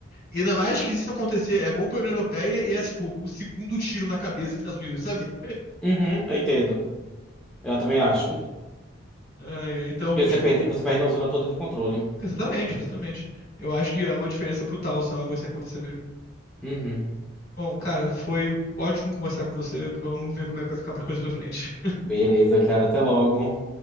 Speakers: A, on the left; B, in the centre.
A: E ainda mais que se isso acontecer, é bom pra União Europeia e é, tipo, o segundo tiro na cabeça dos Estados Unidos, sabe?
B: Uhum, eu entendo. Eu também acho.
A: Ai, ai, então,
B: Porque
A: tipo,
B: você perde, você perde uma zona toda de controle.
A: exatamente, exatamente. Eu acho que é uma diferença brutal se algo assim acontecer mesmo.
B: Uhum.
A: Bom, cara, foi ótimo conversar com você. Vamos ver como é que vai ficar para coisas pra frente.
B: Beleza, cara. Até logo.